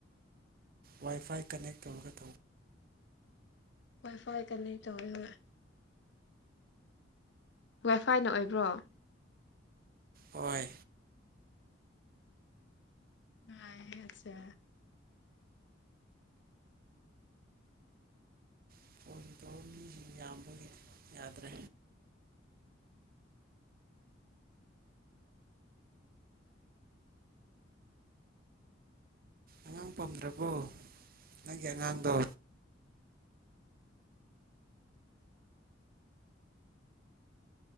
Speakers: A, on the right; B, on the left.
A: ꯋꯥꯏꯐꯥꯏ ꯀꯟꯅꯦꯛ ꯇꯧꯔꯒ ꯇꯧ
B: ꯋꯥꯏ ꯐꯥꯏ ꯀꯅꯦꯛ ꯇꯧꯋꯦ ꯍꯣꯢ ꯋꯥꯏꯐꯥꯏꯅ ꯑꯣꯏꯕ꯭ꯔꯣ
A: ꯍꯣꯏ
B: ꯅꯥꯏ ꯍꯦꯠꯁꯦ
A: ꯐꯣꯟ ꯇꯧꯔ ꯃꯤꯁꯤꯡ ꯌꯥꯝꯕꯒꯤ ꯌꯥꯗ꯭ꯔꯦ ꯑꯉꯥꯡ ꯄꯝꯗ꯭ꯔꯕꯣ ꯅꯪꯒꯤ ꯑꯉꯥꯡꯗꯣ